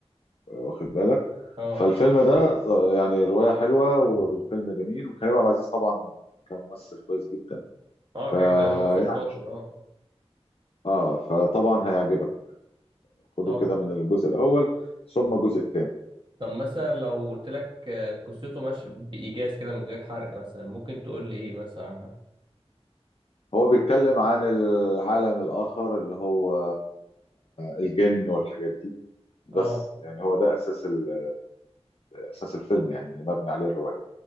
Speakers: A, on the left (about 55°); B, on the right (about 45°).
A: واخد بالك
B: اه
A: فالفيلم ده ز- يعني رواية حلوة والفيلم جميل وكريم عبد العزيز طبعا كممثل كويس جدا
B: اه
A: فيعني
B: كريم عبد العزيز ممثل شاطر اه
A: اه فطبعا هيعجبك خده
B: طب
A: كده من الجزء الأول ثم الجزء الثاني
B: طب مثلا لو قلت لك آه، قصته ماشية بإيجاز كده من غير حرق مثلا ممكن تقول لي إيه مثلا عنها
A: هو بيتكلم عن العالم الآخر اللي هو الجن والحاجات دي بس
B: آه
A: يعني هو ده أساس ال- أساس الفيلم يعني اللي مبني عليه الرواية